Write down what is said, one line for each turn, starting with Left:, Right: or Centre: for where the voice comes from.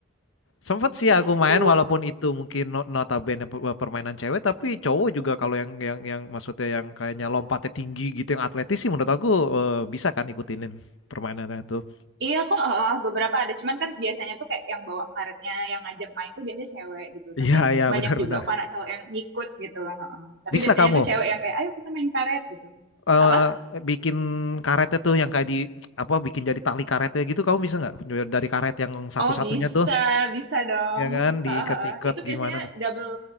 Left: Sempet sih
Right: Nah
Left: aku
Right: itu,
Left: main walaupun itu mungkin no- notabene pe- permainan cewek tapi cowok juga kalau yang yang yang maksudnya yang kayaknya lompatnya tinggi gitu yang atletis sih menurut aku eh, bisa kan ikutinin permainannya itu.
Right: iya kok heeh, beberapa ada, cuman kan biasanya tuh kayak yang bawa karetnya, yang ngajak main tuh biasanya cewek gitu.
Left: Iya
Right: Tapi
Left: iya
Right: banyak
Left: benar-benar.
Right: juga kok anak cowok yang ngikut gitu. heeh. Tapi
Left: Bisa
Right: biasanya
Left: kamu.
Right: tuh cewek yang kayak, ayo kita main karet gitu.
Left: eh
Right: Apa?
Left: bikin karetnya tuh yang kayak di apa bikin jadi tali karetnya gitu kamu bisa nggak dari karet yang satu-satunya
Right: Oh bisa,
Left: tuh
Right: bisa dong.
Left: ya kan diikat-ikat
Right: Heeh, heeh. Itu biasanya
Left: gimana tuh
Right: double,